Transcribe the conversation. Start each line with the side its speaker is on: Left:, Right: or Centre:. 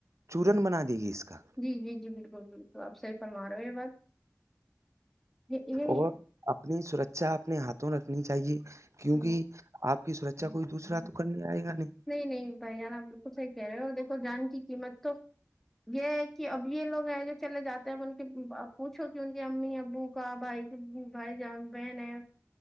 Right: چورن بنا دے گی اس کا
Centre: جی جی جی بالکل بالکل آپ صح فرما رہے ہو یہ بات یہ یہ ہی
Right: اور
Centre: ہے
Right: اپنی سرکچا اپنے ہاتھوں رکھنی چاہیے کیونک
Centre: جی
Right: آپ کی سرکھا کوئی دوسرا تو کرنے آئے گا نہیں
Centre: نہیں نہیں بھائی جان آ بالکل صحیح کہہ رہے ہو اور دیکھو جان کی قیمت تو یہ ہے کہ اب یہ لوگ ہیں جو چلے جاتے ہیں ا ان کے پوچھو کہ ان کے امی ابو کا بھائی بھائی ج بہن ہے